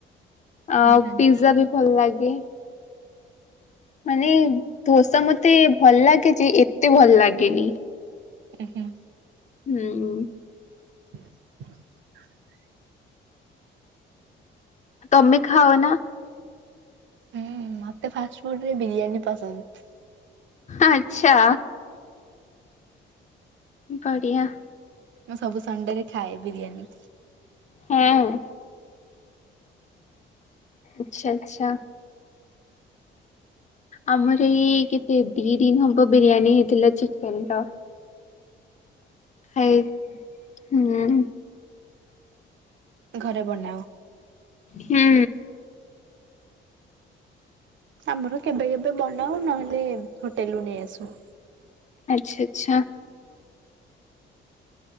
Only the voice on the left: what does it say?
ଆଉ
ପିଜା ବି ଭଲ ଲାଗେ। ମାନେ ଧୋସା ମତେ ଭଲ ଲାଗେ ଯେ ଏତେ ଭଲ ଲାଗେନି।
ହୁଁ।
ତମେ ଖାଅ ନା।
ଆଚ୍ଛା। ଗଡି଼ଆ।
ହୁଁ। ଆଚ୍ଛା ଆଚ୍ଛା। ଆମର ଏଇ କେତେ ଦି ଦିନ ହବ ବିରିୟାନୀ ହେଇଥିଲା ଚିକେନର। ହାଏ ହୁଁ।
ହୁଁ।
ଆଚଛା ଆଚ୍ଛା।